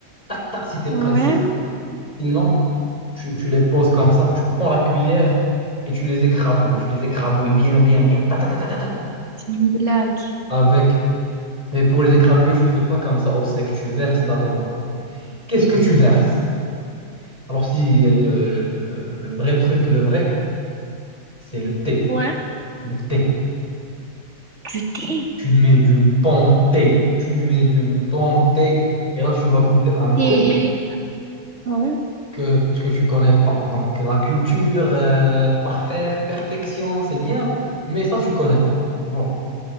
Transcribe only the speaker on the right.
Ouais.
C'est une blague.
Ouais.
Du thé.
Thé. Ouais.